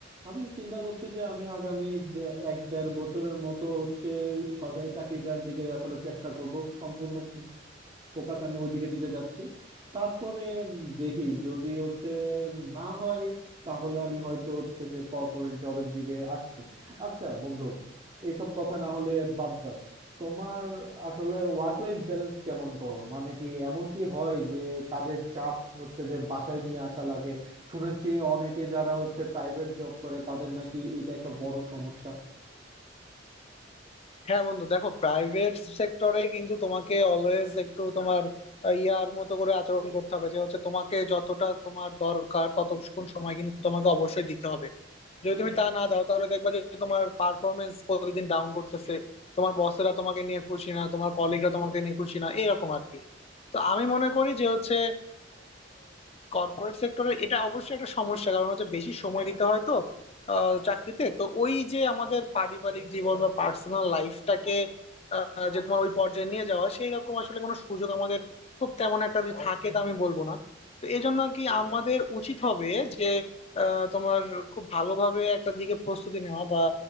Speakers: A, on the right; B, on the left.
A: আমি চিন্তা করছি যে আমি আগামী দে- এক দেড় বছরের মতো হচ্ছে সরকারি চাকরিটার দিকে আসলে চেষ্টা করব সম্পূর্ণ ফোকাস আমি ওইদিকে দিতে চাচ্ছি তারপরে উম দেখি যদি হচ্ছে না হয় তাহলে আমি হয়তো হচ্ছে যে কর্পোরেট জবের দিকে আসছি আচ্ছা বন্ধু এইসব কথা না হলে বাদ দাও তোমার আসলে ওয়ার্ক লাইফ ব্যালেন্স কেমন করো মানে কি এমন কি হয় যে কাজের চাপ হচ্ছে যে বাসায় নিয়ে আসা লাগে শুনেছি অনেকে যারা হচ্ছে প্রাইভেট জব করে তাদের নাকি এটা একটা বড় সমস্যা
B: হ্যাঁ বন্ধু দেখো প্রাইভেট সেক্টরে কিন্তু তোমাকে অলওয়েজ একটু তোমার আহ, ইয়ার মতো করে আচরণ করতে হবে যে হচ্ছে তোমাকে যতটা তোমার দরকার ততক্ষণ সময় কিন্তু তোমাকে অবশ্যই দিতে হবে যদি তুমি তা না দাও তাহলে দেখবা যে তোমার পারফরমেন্স প্রতিদিন ডাউন করতেছে তোমার বসেরা তোমাকে নিয়ে খুশি না তোমার কলিগরা তোমাকে নিয়ে খুশি না এরকম আর কি তো আমি মনে করি যে হচ্ছে কর্পোরেট সেক্টরে এটা অবশ্যই একটা সমস্যা কারণ হচ্ছে বেশি সময় দিতে হয় তো আহ, চাকরিতে তো ওই যে আমাদের পারিবারিক জীবন বা পার্সোনাল লাইফটাকে যে তোমার ওই পর্যায়ে নিয়ে যাওয়া সেই রকম আসলে কোনো সুযোগ আমাদের খুব তেমন একটা যে থাকে তা আমি বলবো না তো এই জন্য আর কি আমাদের উচিত হবে যে আহ, তোমার খুব ভালোভাবে একটা দিকে প্রস্তুতি নেওয়া বা